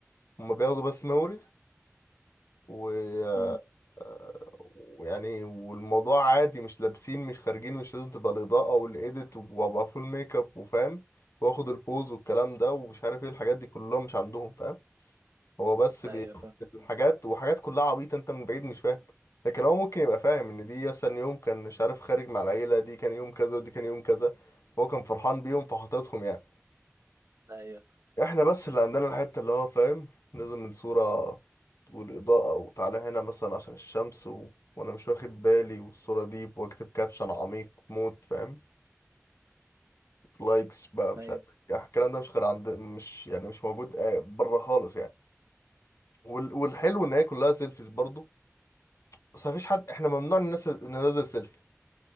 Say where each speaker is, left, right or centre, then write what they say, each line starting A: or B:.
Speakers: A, on the left; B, on the right.
A: هما بياخدوا بس ميموري و
B: امم
A: آه، ويعني والموضوع عادي مش لابسين مش خارجين مش لازم تبقى الإضاءة والإيديت وأبقى فول ميك اب وفاهم وآخد البوز والكلام ده ومش عارف إيه الحاجات دي كلها مش عندهم فاهم هو بس
B: ايوه
A: بياخد
B: فاهم
A: الحاجات وحاجات كلها عبيطة أنت من بعيد مش فاهم لكن هو ممكن يبقى فاهم إن دي مثلا يوم كان مش عارف خارج مع العيلة دي كان يوم كذا ودي كان يوم كذا هو كان فرحان بيهم فحاططهم يعني
B: ايوه
A: احنا بس اللي عندنا الحتة اللي هو فاهم لازم الصورة والإضاءة وتعالى هنا مثلا عشان الشمس و... وأنا مش واخد بالي والصورة دي وأكتب كابشن عميق موت فاهم لايكس بقى مش
B: ايوه
A: عارف إيه. يعني الكلام ده مش غير عند مش يعني مش موجود آه، بره خالص يعني وال... والحلو إن هي كلها سيلفيز برضو بس مفيش حد احنا ممنوع الناس ننزل سيلفي